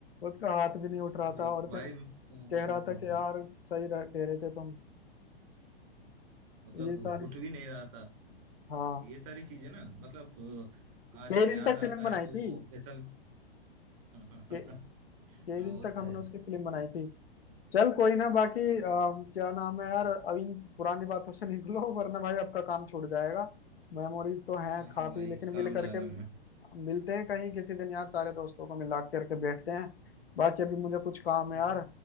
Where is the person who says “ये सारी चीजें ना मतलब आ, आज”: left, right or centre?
Right